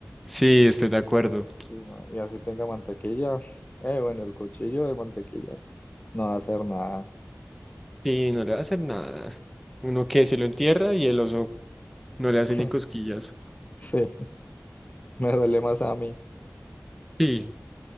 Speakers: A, in the centre; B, on the left.
A: Sí, estoy de acuerdo.
B: Y, no- y así tenga mantequilla, eh, bueno, el cuchillo de mantequilla no va a hacer nada.
A: Sí, no le va a hacer nada. Uno que se lo entierra y el oso No le hace
B: <laughs>
A: ni cosquillas.
B: Sí, me duele más a mí.
A: Sí,